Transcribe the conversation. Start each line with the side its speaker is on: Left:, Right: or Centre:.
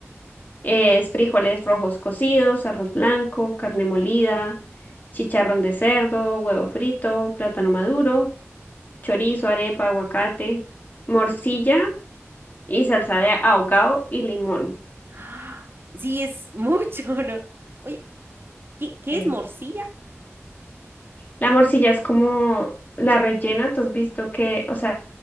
Left: eh, es frijoles rojos cocidos, arroz blanco, carne molida, chicharrón de cerdo, huevo frito, plátano maduro, chorizo, arepa, aguacate, morcilla y salsa de ahogado y limón.
Right: Ah, sí, es <laughs> mucho, ¿no? Oye, ¿qué, qué
Left: Sí.
Right: es morcilla?
Left: La morcilla es como la rellena, tú has visto que, o sea,